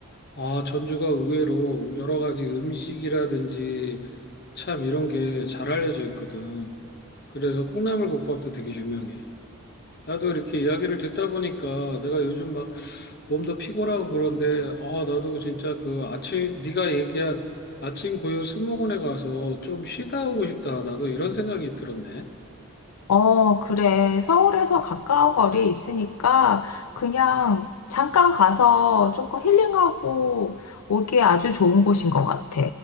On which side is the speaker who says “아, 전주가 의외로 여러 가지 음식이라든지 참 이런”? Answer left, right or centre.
Left